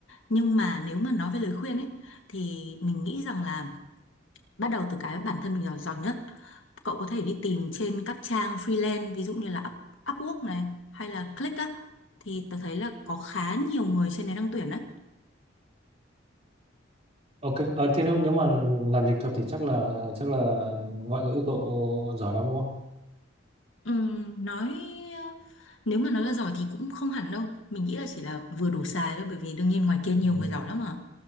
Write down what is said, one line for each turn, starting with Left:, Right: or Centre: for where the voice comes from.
Left: nhưng mà nếu mà nói về lời khuyên ấy thì mình nghĩ rằng là bắt đầu từ cái bản thân mình giỏi giỏi nhất. Cậu có thể đi tìm trên các trang freelance ví dụ như là Up- Upwork này hay là Click á thì tớ thấy là có khá nhiều người trên đấy đang tuyển đấy
Right: Ok, ờ, thế nếu, nếu mà làm dịch thuật thì chắc là chắc là ngoại ngữ cậu giỏi lắm đúng không?
Left: Ừm, nói nếu mà nói là giỏi thì cũng không hẳn đâu mình nghĩ là chỉ là vừa đủ xài thôi bởi vì đương nhiên ngoài kia nhiều
Right: Ừ.
Left: người giỏi lắm mà